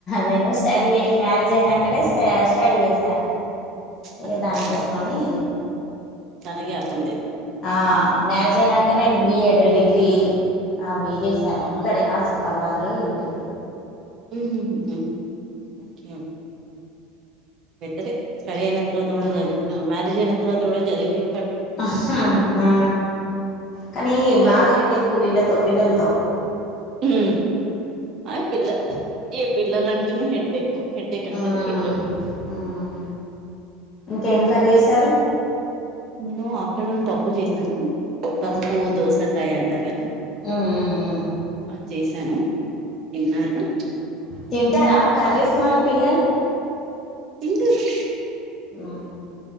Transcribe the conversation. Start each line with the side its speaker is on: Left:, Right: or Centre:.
Left: నేను స్టడీయె మ్యారేజ్ అయినాకనే స్టడీ చేసా ఇగ
Right: అచ్చచ్చ
Left: దానికోసమని
Right: చాలా గ్యాప్ ఉంది
Left: ఆ మ్యారేజ్ అయినాకనే బిఎడ్ డిగ్రీ అవి చేసా
Right: అవునా
Left: ఇక్కడే ఆశతి బాద్లో ఇటు
Right: హ్మ్ ఓకే బెటరె స్టడీ అయినాతర్వాత
Left: హ్మ్.
Right: కుడా చదివిన మ్యారేజ్ అయినాతర్వాత కూడా చదివవి
Left: ఆహా హ కానీ
Right: కదా
Left: బాగా హెడేక్ వీళ్ళతో పిల్లలతో
Right: హ్మ్ అ పిల్ల ఇ పిల్లలుంటేనే హెడ్క్కు హెడేక్ అంటేనే
Left: హ్మ్.
Right: పిల్లలు
Left: హ్మ్. ఇంకేం కర్రీ చేశారు?
Right: నేను ఆఫ్టర్నూన్ పప్పు చేశాను పప్పు
Left: హ్మ్. హ్మ్.
Right: దోసకాయ అంటారు కాదా
Left: హ్మ్. హ్మ్.
Right: అది చేస్ నను తిన్నరా
Left: తింటారా కర్రీస్ మరి పిల్లలు
Right: తింటారు
Left: అ